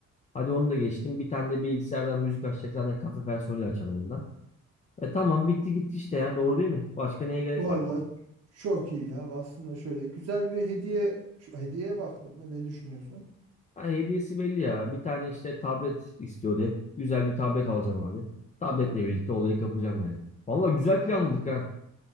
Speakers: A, on the left; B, on the right.
A: Hadi onu da geçtim. Bir tane de bilgisayardan müzik açacak zaten kafe personeli açar onu da. E tamam bitti gitti işte ya doğru değil mi? Başka neye gerek
B: Vallahi
A: var ki?
B: çok iyi ya aslında şöyle güzel bir hediye ç- hediyeye baktın mı ne düşünüyorsun?
A: Ha, hediyesi belli ya. Bir tane işte tablet istiyordu hep. Güzel bir tablet alacağım abi. Tabletle birlikte olayı kapacağım yani. Valla güzel planladık ha.